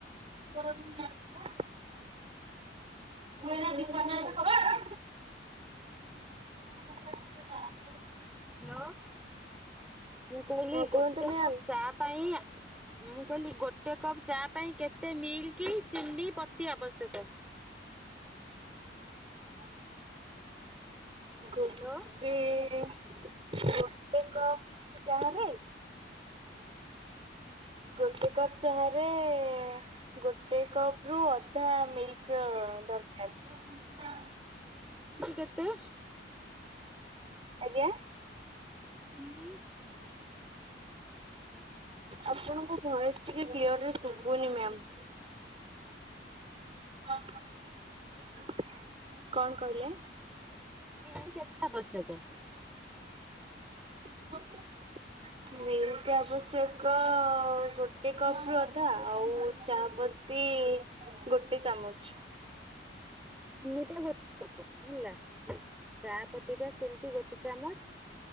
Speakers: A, on the right; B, in the centre.
A: <unintelligible> ମୁଁ ଏଇନା ଦୀପା ନାଁ କେ କଥା <unintelligible>
B: ହ୍ୟାଲୋ। ମୁଁ କହିଲି
A: ହଁ କୁହନ୍ତୁ
B: ଗୋଟେ
A: ମ୍ୟାମ୍।
B: କପ ଚା ପାଇଁ ଆ ମୁଁ କହିଲି ଗୋଟେ କପ୍ ଚା ପାଇଁ କେତେ ମିଲ୍କି, ଚିନି, ପତି ଆବଶ୍ୟକ?
A: ହଁ <inaudible> ଗୋ
B: ହ୍ୟାଲୋ
A: ଟ୍ରି ଇ ଇ ଗୋଟେ କପ୍ ଚାହା ରେ <inaudible>
B: ହୁଁ।
A: ଗୋଟେ କପ ଚାହାରେ ଏ ଏ ଏ ଗୋଟେ କପ୍ ରୁ ଅଧା ମିଲ୍କ ଦରକାର।
B: ଚିନି ସେମତି କେତେ?
A: ଆଜ୍ଞା।
B: ଚିନି
A: ଆପଣଙ୍କ ଭଏସ୍ ଟିକେ କ୍ଲିଅରରେ ଶୁବୁନି ମ୍ୟାମ୍। <inaudible> କଣ କହିଲେ?
B: କି ଯାଣି କେତେ ଆବଶ୍ୟକ?
A: <inaudible> ମିଲ୍କି ଆବଶ୍ୟକ ଗୋଟେ କପ୍ ରୁ ଅଧା ଆଉ ଚାପତ ତି ଗୋଟେ ଚାମଚ।
B: ଟା ଗୋଟେ ହବ ହେଲା। ଚା ପତି ଟା ସେମିତି ଗୋଟେ ଚାମଚ